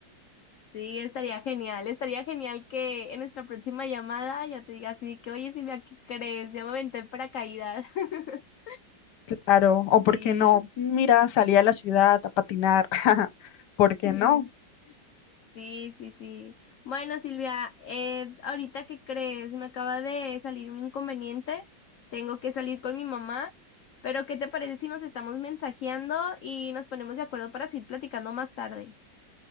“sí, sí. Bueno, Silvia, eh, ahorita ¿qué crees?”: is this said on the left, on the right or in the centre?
Left